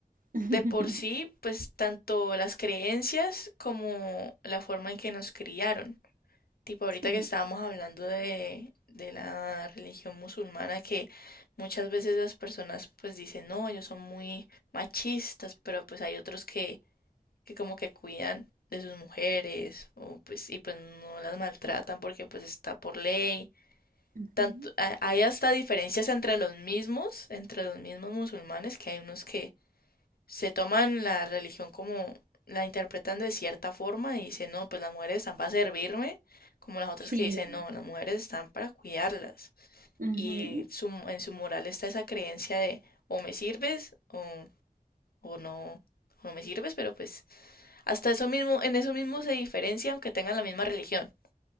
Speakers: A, on the right (about 65°); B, on the left (about 85°).
A: <laughs>
B: de por sí, pues tanto las creencias como la forma en que nos criaron. Tipo, ahorita
A: Sí.
B: que estábamos hablando de, de la religión musulmana, que muchas veces las personas pues dicen, no, ellos son muy machistas, pero pues hay otros que, que como que cuidan de sus mujeres o pues y pues no las maltratan porque pues está por ley.
A: ujú,
B: Tanto, ha- hay hasta diferencias entre los mismos, entre los mismos musulmanes, que hay unos que se toman la religión como la interpretan de cierta forma y dicen, no, pues las mujeres están para servirme, como las otras
A: Sí.
B: que dicen, no, las mujeres están para cuidarlas.
A: ujú.
B: Y su, en su moral está esa creencia de o me sirves o, o no, o no me sirves, pero pues hasta eso mismo, en eso mismo se diferencia aunque tengan la misma religión.